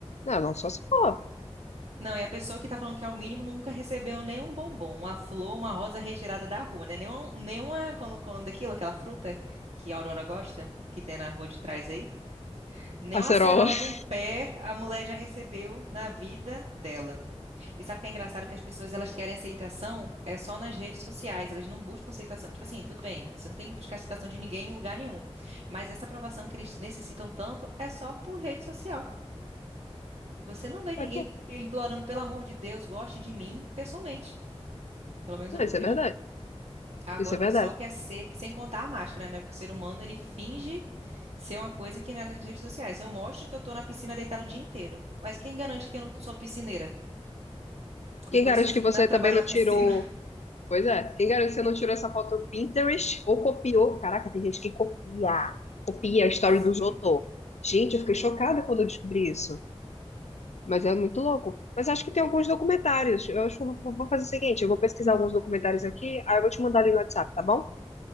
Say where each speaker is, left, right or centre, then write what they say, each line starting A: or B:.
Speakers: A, on the left; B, on the right.
A: Não, não, só se for
B: Não, e a pessoa que tá falando que é o mínimo nunca recebeu nenhum bombom, uma flor, uma rosa retirada da rua, né? Nenhuma, nenhuma, qual o qual é o nome daquilo? Aquela fruta que a Aurora gosta, que tem na rua de trás aí. Nem
A: acerola.
B: uma acerola
A: <laughs>
B: de um pé a mulher já recebeu na vida dela. E sabe o que é engraçado? Que as pessoas elas querem aceitação é só nas redes sociais, elas não buscam aceitação. Tipo assim, tudo bem, você não tem que buscar aceitação de ninguém em lugar nenhum. Mas essa aprovação que eles necessitam tanto é só por rede social. Você não vê
A: Pra
B: ninguém
A: quê?
B: implorando, pelo amor de Deus, goste de mim pessoalmente. Pelo menos
A: Não,
B: eu não
A: isso
B: vejo,
A: é verdade.
B: né? Agora
A: Isso é
B: o
A: verdade.
B: pessoal quer ser, sem contar a máscara, né? Porque o ser humano ele finge ser uma coisa que não é nas redes sociais. Eu mostro que eu tô na piscina deitada o dia inteiro. Mas quem garante que eu não sou piscineira?
A: Quem
B: E por
A: garante
B: isso que eu
A: que
B: fico
A: você
B: na, <laughs>
A: também
B: trabalho
A: não
B: na
A: tirou.
B: piscina. <laughs>
A: Pois é, quem garante que você não tirou essa foto do Pinterest ou copiou? Caraca, tem gente que copia, copia a história
B: Sim.
A: dos outros. Gente, eu fiquei chocada quando eu descobri isso. Mas é muito louco. Mas acho que tem alguns documentários. Eu acho que eu vou vou fazer o seguinte: eu vou pesquisar alguns documentários aqui, aí eu vou te mandar ali no WhatsApp, tá bom?